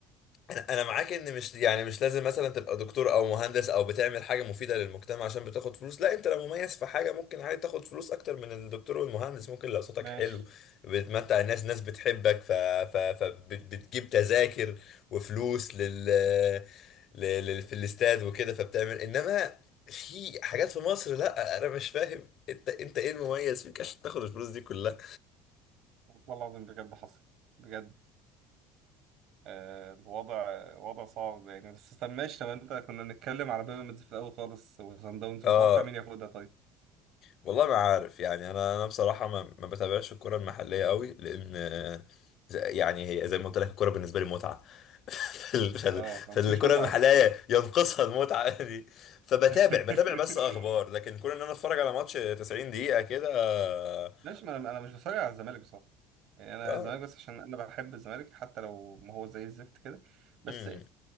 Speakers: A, on the left (about 50°); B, on the right (about 65°).
A: انا معاك ان مش يعني مش لازم مثلا تبقى دكتور او مهندس او بتعمل حاجه مفيده للمجتمع عشان بتاخد فلوس لا انت لو مميز في حاجه ممكن عادي تاخد فلوس اكتر من الدكتور والمهندس ممكن لو صوتك
B: ماشي
A: حلو بتمتع الناس ناس بتحبك ف... ف... فبتجيب تذاكر وفلوس لل... لل... لل... في الاستاد وكده فبتعمل انما في حاجات في مصر لا انا مش فاهم انت انت ايه المميز فيك عشان تاخد الفلوس دي كلها
B: والله العظيم بجد حصل بجد آه، الوضع وضع صعب يعني بس طب ماشي طب انت كنا بنتكلم على بيراميدز في الاول خالص وصن داونز
A: اه
B: متوقع مين ياخدها طيب
A: والله ما عارف يعني انا انا بصراحه ما, ما بتابعش الكره المحليه قوي لان آه، ز- يعني هي زي ما قلت لك الكره بالنسبه لي متعه <laughs> فال- فال-
B: اه
A: فالكره
B: مفيش متعه
A: المحليه
B: اصلا
A: ينقصها المتعه دي فبتابع
B: <laughs>
A: بتابع بس اخبار لكن كون ان انا اتفرج على ماتش 90 دقيقه كده اه
B: ماشي ما انا انا مش بتفرج على الزمالك بصراحه يعني انا
A: آه،
B: الزمالك بس عشان انا بحب الزمالك حتى لو ما هو زي الزفت كده بس
A: امم